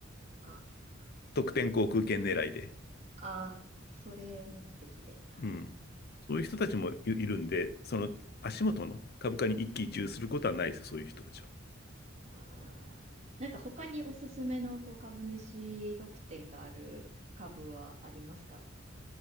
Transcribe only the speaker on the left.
得点航空券狙いで。
うん。そういう人たちもいいるんで、その足元の株価に一喜一憂することはないですよ、そういう人たちは。